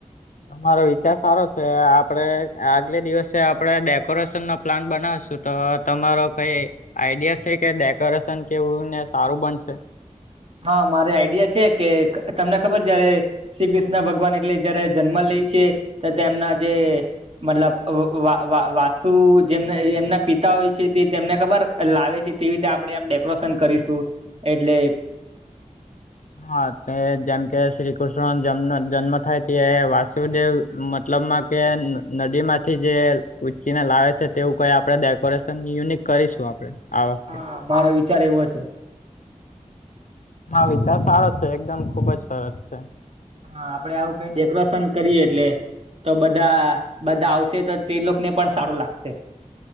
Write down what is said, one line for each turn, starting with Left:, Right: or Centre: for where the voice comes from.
Left: તમારો વિચાર સારો છે, આપડે આગલે દિવસે આપડે ડેકોરેશન નો પ્લાન બનાવશું તો તમારો કઈ આઈડિયા છે, કે ડેકોરેશન કેવું ને સારું બનશે
Right: હા મારે આઈડિયા છે, કે તમને ખબર જયારે શ્રી કૃષ્ણ ભગવાન એટલે જયારે જન્મ લે છે, તો તેમના જે મતલબ વા વા વાસુ જેમ એમના પિતા હોય છે, તે તેમને ખબર લાવે છે, તેવી રીતે આપણેે આમ ડેકોરેશન કરીશું એટલે
Left: હા તે જેમ કે શ્રી કૃષ્ણ જન્મ જન્મ થાય તે વાસુદેવ મતલબમાં કે નદી માંથી જે ઉંચકીને લાવે છે, તેવું કઈ આપડે ડેકોરેશન યુનિક કરીશું આપડે આ વખતે.
Right: હા મારો વિચાર એવો છે.
Left: વિચાર સારો છે, એકદમ ખુબજ સરસ છે.
Right: હા આપડે આવું કઈ ડેકોરેશન કરીએ એટલે તો બધા બધા આવશે તો તે લોકોને પણ સારું લાગશે